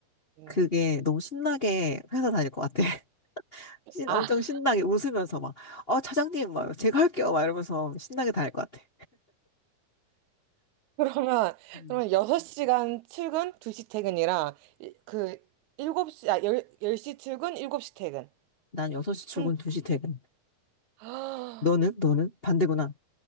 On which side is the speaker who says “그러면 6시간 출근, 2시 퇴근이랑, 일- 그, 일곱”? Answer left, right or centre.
Right